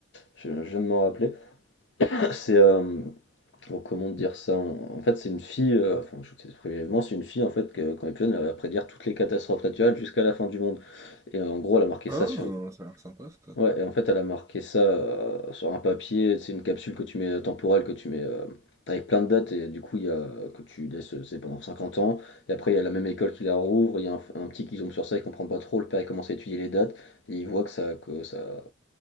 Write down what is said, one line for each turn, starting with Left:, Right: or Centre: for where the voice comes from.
Left: Je, je viens de m'en rappeler. C'est. euh, bon, comment dire ça? En, en fait, c'est une fille, euh, enfin, je sais brièvement, c'est une fille, en fait, que, quand elle est plus jeune, elle va prédire toutes les catastrophes naturelles jusqu'à la fin du monde. Et euh, en gros, elle a marqué
Right: Ah,
Left: ça sur.
Right: ça a l'air sympa, ça.
Left: Ouais, et en fait, elle a marqué ça euh, sur un papier, c'est une capsule que tu mets euh, temporelle, que tu mets euh, avec plein de dates, et du coup, il y a, que tu laisses, euh, c'est pendant 50 ans. Et après, il y a la même école qui la rouvre, il y a un, un petit qui tombe sur ça, il comprend pas trop, le père, il commence à étudier les dates, et il voit que ça, que ça,